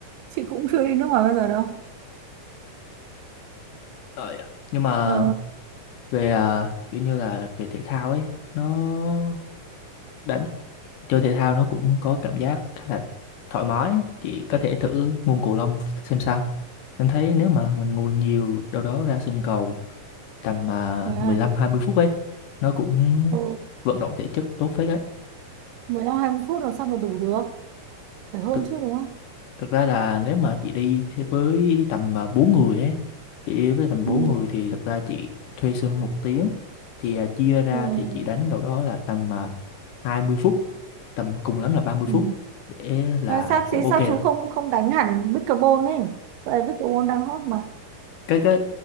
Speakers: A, on the right (about 80°); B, on the left (about 70°).
A: chị cũng chưa đi nước ngoài bao giờ đâu
B: Ờ, dạ. nhưng mà
A: ờ
B: về à, kiểu như là về thể thao ấy nó đánh chơi thể thao nó cũng có cảm giác khá là thoải mái chị có thể thử môn cầu lông xem sao em thấy nếu mà mình ngồi nhiều đâu đó ra sân cầu tầm à,
A: thế à
B: mười lăm hai mươi phút ấy nó cũng
A: ừ
B: vận động thể chất tốt phết đấy
A: mười lăm hai mươi phút là sao mà đủ được phải hơn
B: thực,
A: chứ đúng không
B: thực ra là nếu mà chị đi thế với tầm à, bốn người ấy chị đi với tầm
A: ừ
B: bốn người thì thực ra chị thuê sân một tiếng thì à, chia ra
A: ừ
B: thì chị đánh đâu đó là tầm à, hai mươi phút tầm cùng lắm là ba mươi
A: ừ
B: phút để là
A: à, sao
B: cũng
A: thế
B: ok
A: sao
B: rồi
A: chú không không đánh hẳn pickleball ấy giờ pickleball đang hot mà
B: cái cái